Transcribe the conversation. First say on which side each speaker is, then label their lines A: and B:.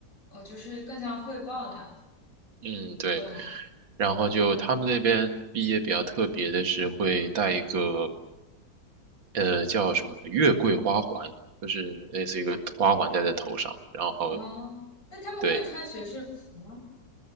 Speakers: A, on the left (about 45°); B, on the right (about 85°).
A: 哦，就是更像汇报那样子。
B: 嗯，对。
A: 嗯，
B: 然后就他们那边毕业比较特别的是会带一个呃叫什么月桂花环，就是类似一个花环戴在头上，然后
A: 哦，那他们会穿学士服吗？
B: 对，